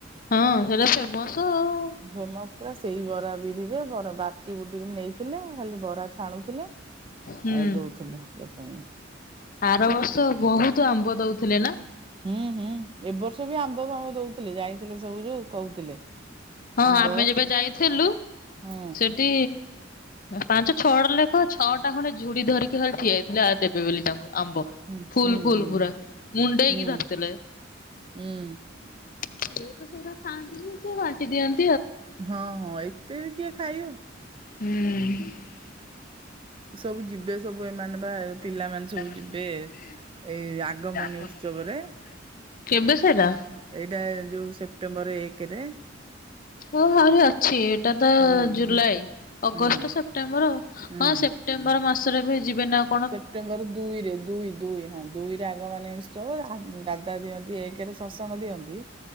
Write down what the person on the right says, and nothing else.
ଫେମସ୍ ପୁରା ସେଇ ବରା ବିରିରେ ବରା ବାଟି ବୁଟିକି ନେଇଥିଲେ ଖାଲି ବରା ଛାଣୁଥିଲେ,
ଆଉ ଦଉଥିଲେ ଲୋକଙ୍କୁ,
ହୁଁ-ହୁଁ ଏ ବର୍ଷ ବି ଆମ୍ବ ଫାମ୍ବ ଦଉଥିଲେ ଯାଇଥିଲେ ସବୁ ଯୋଉ କହୁଥିଲେ,
ଆମ୍ବ
ହଁ
ହୁଁ
ହୁଁ ହୁଁ।
ହୁଁ
ହୁଁ
ହଁ-ହଁ ଏତେ ବି କିଏ ଖାଇବ,
ସବୁ ଯିବେ ସବୁ ଏମାନେ ବା ପିଲାମାନେ ସବୁ ଯିବେ। ଏଇ ଆଗମନୀ ଉତ୍ସବରେ
ଏଇଟା ଯୋଉ ସେପ୍ଟେମ୍ବର ଏକ୍ ରେ,
ହୁଁ
ହୁଁ
ହୁଁ
ସେପ୍ଟେମ୍ବର ଦୁଇରେ ଦୁଇ-ଦୁଇ ହଁ, ଦୁଇରେ ଆଗ ମାନେ ଉତ୍ସବ ଆଦ୍ ଦାଦା ଦିଅନ୍ତି ଏକରେ ସତ୍ସଙ୍ଗ ଦିଅନ୍ତି,